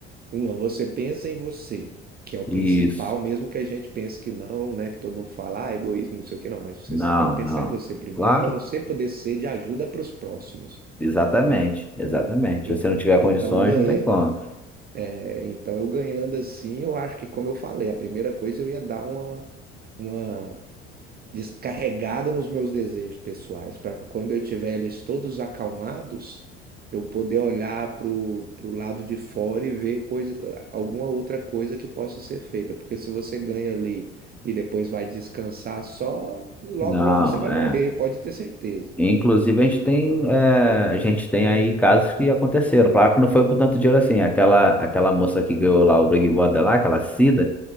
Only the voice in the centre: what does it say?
Isso.
Não,
não.
Claro,
exatamente,
exatamente.
Se você não tiver
condições,
não tem como.
Não,
é.
Inclusive, a gente tem, é, a gente tem aí casos que aconteceram. Claro que não foi com tanto dinheiro assim. Aquela, aquela moça que ganhou lá o Big Brother lá, aquela Cida,